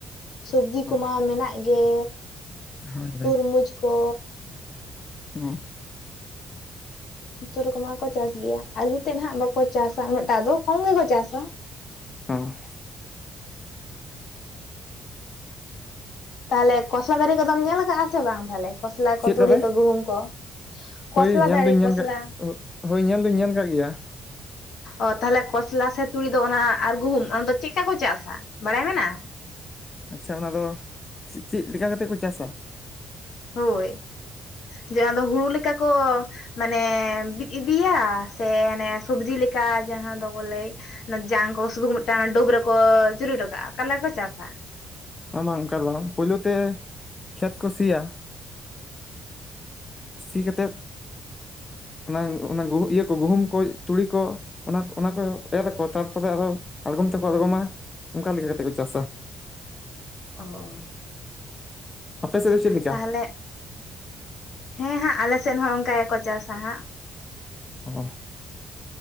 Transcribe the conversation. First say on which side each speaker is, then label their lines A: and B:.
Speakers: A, on the left; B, on the left.
A: ᱥᱚᱵᱡᱤ ᱠᱚᱢᱟ
B: ᱚ
A: ᱢᱮᱱᱟᱜ ᱜᱮ
B: ᱦᱳᱭ
A: ᱛᱚᱨᱢᱩᱡᱽ ᱠᱚ
B: ᱚᱸ
A: ᱡᱚᱛᱚ ᱨᱚᱠᱚᱢᱟᱜ ᱠᱚ ᱪᱟᱥ ᱜᱮᱭᱟ ᱟᱞᱩ ᱛᱮᱫ ᱱᱟᱦᱟᱜ ᱵᱟᱠᱚ ᱪᱟᱥᱟ ᱩᱱᱟᱹᱜ ᱴᱟᱜ ᱫᱚ ᱠᱚᱢ ᱜᱮᱠᱚ ᱪᱟᱥᱟ
B: ᱚᱸ
A: ᱛᱟᱦᱚᱞᱮ ᱠᱷᱚᱥᱟ ᱫᱟᱨᱮ ᱠᱚᱫᱚᱢ ᱧᱮᱞ ᱟᱠᱟᱫ ᱥᱮ ᱵᱟᱝ ᱛᱟᱦᱞᱮ ᱠᱷᱚᱥᱞᱟ ᱠᱚ
B: ᱪᱮᱫ
A: ᱛᱩᱲᱤ
B: ᱛᱚᱵᱮ
A: ᱠᱚ ᱜᱩᱸᱦᱩᱢ ᱠᱚ ᱠᱚᱥᱞᱟ
B: ᱦᱳᱭ ᱧᱮᱞ
A: ᱫᱟᱨᱮ
B: ᱫᱩᱧ ᱧᱮᱞ
A: ᱠᱚᱥᱞᱟ
B: ᱟᱞᱟᱫ ᱦᱳ ᱧᱮᱞ ᱫᱩᱧ ᱧᱮᱞ ᱟᱠᱟᱫ ᱜᱮᱭᱟ
A: ᱚ ᱛᱟᱦᱚᱞᱮ ᱠᱷᱚᱥᱞᱟ ᱥᱮ ᱛᱩᱲᱤ ᱫᱚ ᱚᱱᱟ ᱟᱨ ᱜᱩᱸᱦᱩᱢ ᱚᱱᱟ ᱫᱚ ᱪᱮᱫ ᱠᱟ ᱠᱚ ᱪᱟᱥᱟ ᱵᱟᱲᱟᱭ ᱢᱮᱱᱟᱜ-ᱟ
B: ᱟᱪᱪᱷᱟ ᱚᱱᱟ ᱫᱚ ᱥᱮ ᱪᱤᱜ ᱪᱮᱜ ᱞᱮᱠᱟ ᱠᱟᱛᱮᱫ ᱠᱚ ᱪᱟᱥᱟ
A: ᱦᱳᱭ ᱡᱮ ᱚᱱᱟ ᱫᱚ ᱦᱩᱲᱩ ᱞᱮᱠᱟ ᱠᱚ ᱢᱟᱱᱮ ᱵᱤᱫ ᱤᱫᱤᱭᱟ ᱥᱮ ᱚᱱᱮ ᱥᱚᱵᱡᱤ ᱞᱮᱠᱟ ᱡᱟᱦᱟᱸ ᱫᱚ ᱠᱚ ᱞᱟᱹᱭ ᱡᱟᱝ ᱠᱚ ᱥᱩᱫᱩ ᱢᱤᱫᱴᱟᱝ ᱰᱩᱵ ᱨᱮᱠᱚ ᱡᱩᱨᱤ ᱦᱚᱴᱚ ᱠᱟᱜᱼᱟ ᱚᱠᱟᱞᱮᱠᱟ ᱠᱚ ᱪᱟᱥᱟ
B: ᱵᱟᱝ ᱵᱟᱝ ᱚᱱᱠᱟ ᱫᱚ ᱵᱟᱝ ᱯᱩᱭᱞᱩ ᱛᱮ ᱠᱷᱮᱛ ᱠᱚ ᱥᱤᱭᱟ ᱥᱤ ᱠᱟᱛᱮᱫ ᱚᱱᱟ ᱚᱱᱟ ᱤᱭᱟᱹ ᱠᱚ ᱜᱩᱸᱦᱩᱢ ᱠᱚ ᱛᱩᱲᱤ ᱠᱚ ᱚᱱᱟ ᱚᱱᱟ ᱠᱚ ᱮᱨ ᱟᱠᱚ ᱛᱟᱨᱯᱚᱨᱮ ᱟᱨᱚ ᱟᱬᱜᱚᱢ ᱛᱮᱠᱚ ᱟᱬᱜᱚᱢᱟ ᱚᱱᱠᱟ ᱞᱮᱠᱟ ᱠᱟᱛᱮᱜ ᱠᱚ ᱪᱟᱥᱟ
A: ᱚᱻ
B: ᱟᱯᱮ ᱥᱮᱫ ᱫᱚ ᱪᱮᱫ ᱞᱮᱠᱟ
A: ᱛᱟᱦᱚᱞᱮ ᱦᱮᱸ ᱦᱟᱜᱸ ᱟᱞᱮ ᱥᱮᱫ ᱦᱚᱸ ᱚᱱᱠᱟ ᱜᱮᱠᱚ ᱪᱟᱥᱟ ᱦᱟᱸᱜ
B: ᱦᱚᱜᱼᱚ